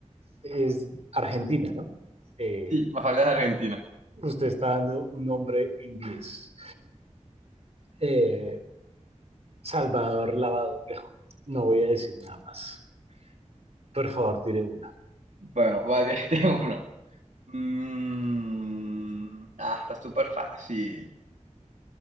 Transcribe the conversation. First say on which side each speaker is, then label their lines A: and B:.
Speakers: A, on the right; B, on the right.
A: es Argentina, ¿no? Eh,
B: Sí, Mafalda es argentina.
A: usted está dando un nombre inglés. Eh, Salvador Lavado Tejo. No voy a decir nada más. Por favor, tire una.
B: Bueno, voy a decirte <laughs> uno. Mm, ah, está súper fácil.